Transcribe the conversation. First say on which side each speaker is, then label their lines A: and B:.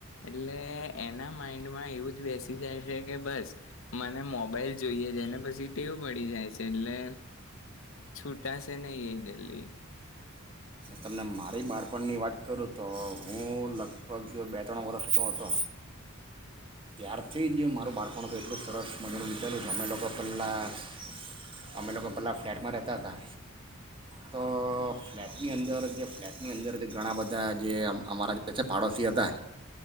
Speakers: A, on the left; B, on the right.
A: એટલે એના માઈન્ડમાં એવું જ બેસી જાય છે, કે બસ મને મોબાઈલ જોઈએ છે ને પછી ટેવ પડી જાય છે, એટલે છૂટાશે નહી એ જલ્દી
B: તમને મારી બાળપણની વાત કરું તો હું લગભગ બે ત્રણ વર્ષનો હતો, ત્યારથી જ મારું બાળપણ હત એટલું સરસ મને વિચાર્યું છે, અમે લોકો પહેલાં અમે લોકો પહેલાં ફ્લેટમાં રહેતા હતા તો ફ્લેટની અંદર અંદર જે ફ્લેટની અંદર જે ઘણા બધા જે અમ અમારા જે છે, પાડોશી હતા